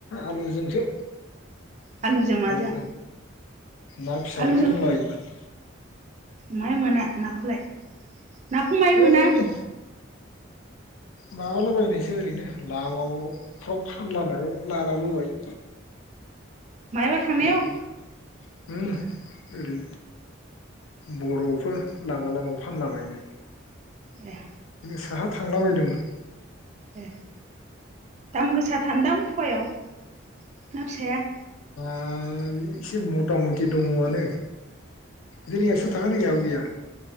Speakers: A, on the left (about 85°); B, on the right (about 35°).
A: आलुजोंसो
B: आलुजों माजों
A: ओरैनो ना फिसाफोर
B: आलुजों
A: दंलायोमोन
B: माहाय मोना नाखौलाय नाखौ माय
A: ओरैनो
B: मोना?
A: माबालाबायनायसो ओरैनो लामावफ्राव फानलानायाव लालाबोबाय
B: मायाबा थांनायाव
A: ओरैनो उम ओरै बर'फोर लामा लामायाव फानलाबायनाय
B: ए
A: साहा थांला बायदोंमोन
B: ए दाम गोसाथारन दां फुवायाव ना फिसाया
A: आ इसे मता मति दङ'आनो बिदिनो एकस' थाखानि गाहायाव गैया